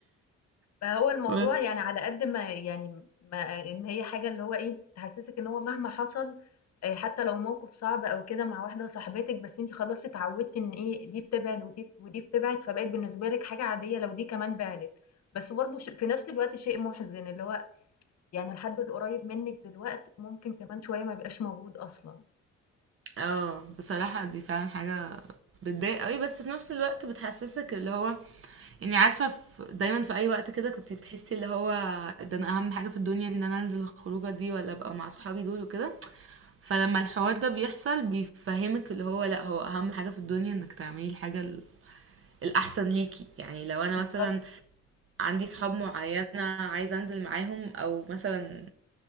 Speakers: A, on the left; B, on the right.
A: فهو الموضوع
B: بس
A: يعني على قد ما يعني ما إن هي حاجة اللي هو إيه، تحسّسِك إن هو مهما حصل آآ حتى لو موقف صعب أو كده مع واحدة صاحبتِك، بس أنتِ خلاص اتعوّدتِ إن إيه، دي بتبعد ودي ودي بتبعد، فبقت بالنسبة لِك حاجة عادية لو دي كمان بِعدِت. بس برضه ش في نفس الوقت شيء مُحزِن، اللي هو يعني الحد القريّب منِّك دلوقت ممكن كمان شوية ما يبقاش موجود أصلًا.
B: اه بصراحة دي فعلا حاجة بتضايق قوي بس في نفس الوقت بتحسسك اللي هو يعني عارفة في دايما في اي وقت كده كنت بتحسي اللي هو ده انا اهم حاجة في الدنيا ان انا انزل الخروجة دي ولا ابقى مع صحابي دول وكده فلما الحوار ده بيحصل بيفهمك اللي هو لا هو اهم حاجة في الدنيا انك تعملي الحاجة ال- الاحسن ليكي يعني لو انا
A: بالضبط.
B: مثلا عندي صحاب معينة عايزة انزل معاهم او مثلا